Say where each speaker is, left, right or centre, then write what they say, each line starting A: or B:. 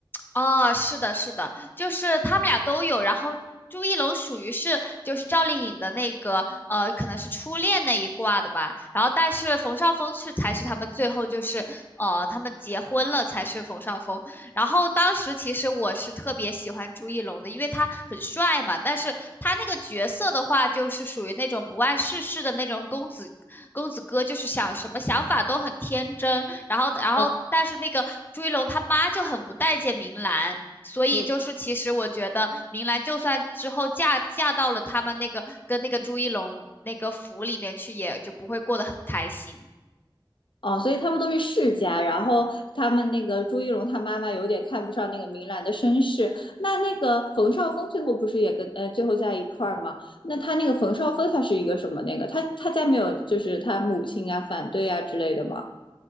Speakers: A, on the left (about 25°); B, on the left (about 75°).
A: 哦，是的，是的，就是他们俩都有。然后朱一龙属于是就是赵丽颖的那个呃，可能是初恋那一挂的吧。然后但是冯绍峰是才是他们最后就是呃，他们结婚了才是冯绍峰。然后当时其实我是特别喜欢朱一龙的，因为他很帅嘛，但是他那个角色的话，就是属于那种不谙世事的那种公子公子哥，就是想什么想法都很天真，然后然后但是那个朱一龙他妈就很不待见明兰。
B: 呃
A: 所以就是，
B: 嗯
A: 其实我觉得明兰就算之后嫁嫁到了他们那个跟那个朱一龙那个府里面去，也就不会过得很开心。
B: 哦，所以他们都是世家，然后他们那个朱一龙他妈妈有点看不上那个明兰的身世。那那个冯绍峰最后不是也跟呃最后在一块儿吗？那他那个冯绍峰他是一个什么那个？他他家没有就是他母亲啊反对啊之类的吗？